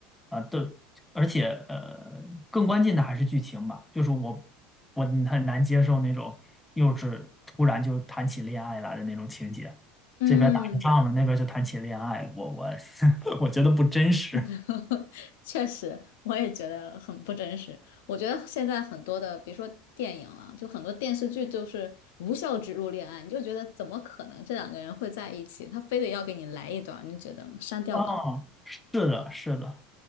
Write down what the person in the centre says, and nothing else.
啊、都而且呃，更关键的还是剧情吧，就是我我很难接受那种幼稚突然就谈起恋爱来的那种情节，
这边打着仗呢，那边就谈起恋爱，我我 <laughs> 我觉得不真实。
啊，是的，是的，